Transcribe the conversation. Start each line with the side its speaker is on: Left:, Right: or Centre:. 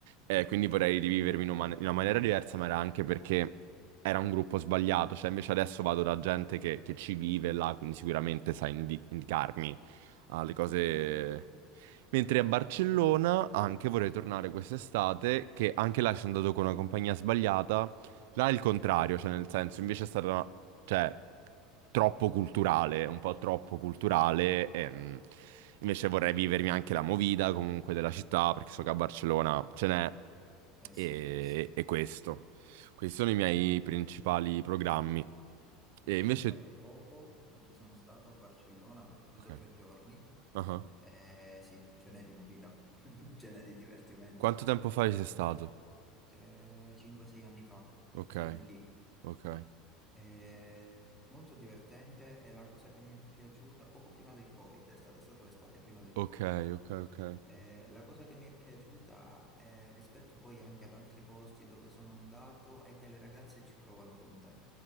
Right: Eh, quindi vorrei rivivermi in una, man- in una maniera diversa, ma era anche perché era un gruppo sbagliato, cioè, invece adesso vado da gente che, che ci vive là, quindi sicuramente sa indi- indicarmi alle cose.
Centre: molto meglio.
Right: Mentre a Barcellona anche vorrei tornare quest'estate, che anche là ci sono andato con una compagnia sbagliata. Là è il contrario, cioè nel senso, invece è stata, una- cioè, troppo culturale, un po' troppo culturale. E, mh, invece vorrei vivermi anche la movida comunque della città, perché so che a Barcellona ce n'è.
Centre: Eh
Right: E,
Centre: sì, eh sì. Io
Right: e questo. Questi sono i miei principali programmi. E
Centre: ci
Right: invece...
Centre: sono stato poco, ma ci sono stato a Barcellona giusto
Right: Ok.
Centre: tre giorni.
Right: Ah ah.
Centre: Eh sì, ce n'è di movida, <laughs> ce n'è di divertimento.
Right: Quanto tempo fa ci sei stato?
Centre: Eh, 5-6 anni fa,
Right: Ok,
Centre: giù di lì.
Right: ok.
Centre: È molto divertente, è la cosa che mi è piaciuta poco prima del Covid, è stata, è stata l'estate prima del
Right: Ok,
Centre: Covid.
Right: ok, ok.
Centre: Eh, la cosa che mi è piaciuta eh, rispetto poi anche ad altri posti dove sono andato è che le ragazze ci provano con te,